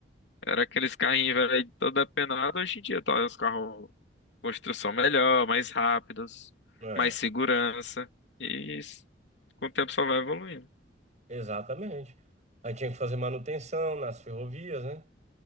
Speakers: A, on the left (about 80°); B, on the right (about 40°).
A: era aqueles carrinhos velho, todo apenado. Hoje em dia tá os carros com construção melhor, mais rápidos,
B: É,
A: mais segurança. E isso, com o tempo só vai evoluindo.
B: exatamente. Aí tinha que fazer manutenção nas ferrovias, né?